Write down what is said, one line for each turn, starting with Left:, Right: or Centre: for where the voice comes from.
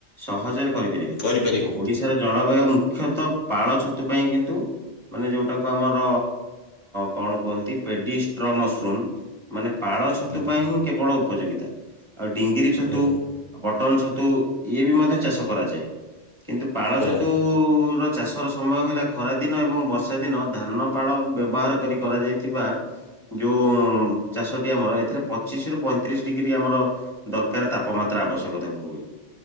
Right: ସହଜରେ କରିପାରିବା।
Left: କରିପାରିବ।
Right: ଓଡିଶାର ଜଳବାୟୁ ମୁଖ୍ୟତଃ ପାଳ ଛତୁ ପାଇଁ କିନ୍ତୁ ମାନେ ଯୋଉ କୁ ଆମର କଣ କୁହନ୍ତି ପେଡ଼ି ଷ୍ଟ୍ର ମଶ୍ରୁମ୍। ପାଳ ଛତୁ
Left: ହୁଁ
Right: ପାଇଁ ହିଁ କେବଳ ଉପଯୋଗିତା ଆଉ ଡିଙ୍ଗିରି ଛତୁ
Left: ହୁଁ
Right: ବଟନ ଛତୁ ଇଏ ବି ମଧ୍ୟ ଚାଷ କରାଯାଏ କିନ୍ତୁ ପାଳ
Left: କରାଯାଏ
Right: ଛତୁ ର ଚାଷର ସମୟ ହେଲା ଖରାଦିନ ଏବଂ ବର୍ଷା ଦିନ ଧାନ ପାାଳ ବ୍ୟବହାର କରି କରାଯାଇଥିବା ଯେଉଁ ଚାଷଟି ଆମର ଏଥିରେ ପଚିଶ ରରୁ ପଇଁତିରିଶ ଡିଗ୍ରୀ ଆମର। ଦରକାର ତାପମାତ୍ରା ଆବଶ୍ୟକତା କୁ ହୁଏ